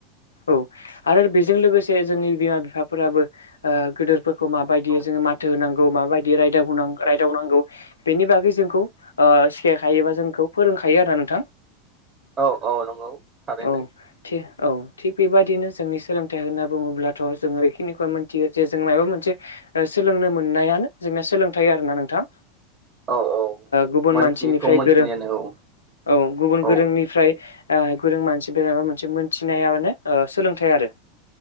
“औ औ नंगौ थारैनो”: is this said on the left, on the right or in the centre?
Right